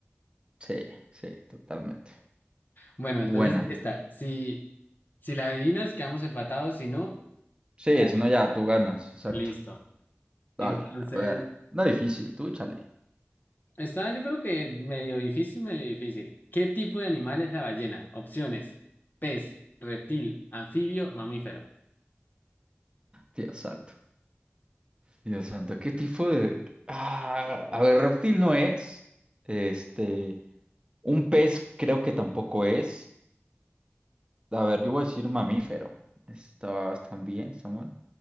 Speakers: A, on the right; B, on the left.
A: Sí, sí, totalmente.
B: Bueno,
A: Buena.
B: entonces esta. Si, si la adivinas, quedamos empatados. Si no,
A: Sí,
B: gané.
A: si no ya tú ganas. Exacto.
B: Listo. Entonces.
A: Dale, a ver. No difícil, tú échale.
B: Está, yo creo que medio difícil, medio difícil. ¿Qué tipo de animal es la ballena? Opciones: pez, reptil, anfibio, mamífero.
A: Dios santo, Dios santo, ¿qué tipo de... Ah, a ver, reptil no es. Este, un pez creo que tampoco es. A ver, yo voy a decir mamífero. Está, están bien, Samuel.